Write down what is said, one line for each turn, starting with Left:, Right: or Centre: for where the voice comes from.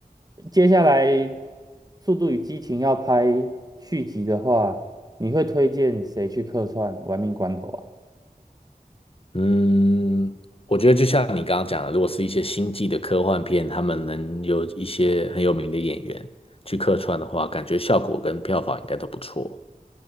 Right: 接下来《速度与激情》要拍续集的话，你会推荐谁去客串玩命关头啊？
Left: 嗯，我觉得就像你刚刚讲的，如果是一些星际的科幻片，他们能有一些很有名的演员去客串的话，感觉效果跟票房应该都不错。